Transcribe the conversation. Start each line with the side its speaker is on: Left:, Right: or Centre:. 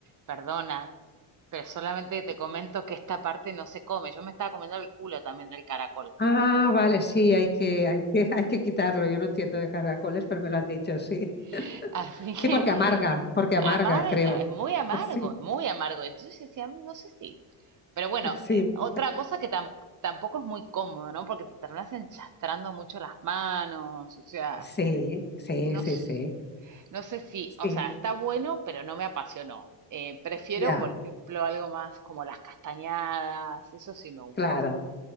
Right: perdona, pero solamente te comento que esta parte no se come. Yo me estaba comiendo el culo también del caracol.
Left: Ah, vale, sí, hay que, hay que, <laughs> hay que quitarlo. Yo no entiendo de caracoles, pero me lo han dicho, sí.
Right: <laughs> Así que
Left: Sí, porque amarga, porque amarga,
Right: Amarga,
Left: creo.
Right: es muy amargo,
Left: <laughs> Sí,
Right: es muy amargo. Entonces yo decía, "Mm, no sé si. Pero bueno,
Left: sí,
Right: eh, otra cosa que tam- tampoco es muy cómodo, ¿no? Porque te terminas enchastrando mucho las manos, o sea,
Left: sí, sí,
Right: no,
Left: sí,
Right: s-
Left: sí.
Right: no sé si,
Left: Sí,
Right: o sea, está bueno, pero no me apasionó. Eh, prefiero,
Left: ya,
Right: por ejemplo, algo más como las castañadas, eso sí me gusta
Left: claro.
Right: más.